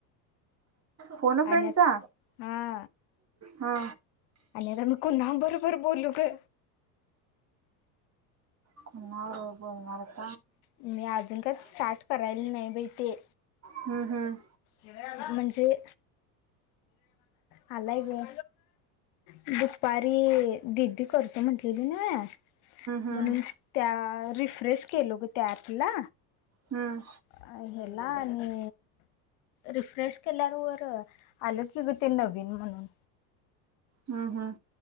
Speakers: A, on the right (about 30°); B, on the left (about 65°).
A: फोन अ
B: आणि
A: फ्रेंडचा
B: हा
A: हा.
B: आणि तर मी पुन्हा बरोबर बोलू ग?
A: णार <unintelligible>
B: मी अजून काय स्टार्ट करायला नाही बाई ते.
A: हम्म. हम्म.
B: म्हणजे आलाय ग. दुपारी दिदी करतो म्हटलेली ना
A: हम्म
B: म्हणून त्या रिफ्रेश केलो ग त्या अँपला.
A: हम्म.
B: अ हेला आणि. रिफ्रेश केल्यावर आलं की इ ते नवीन म्हणून.
A: हम्म हम्.